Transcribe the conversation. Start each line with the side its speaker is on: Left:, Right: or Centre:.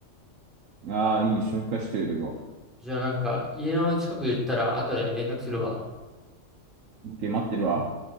Right: うん。ああ、いいね。紹介していろいろ。
Centre: じゃあなんか、家の近く行ったら後で連絡するわ。
Right: オッケー、待ってるわ。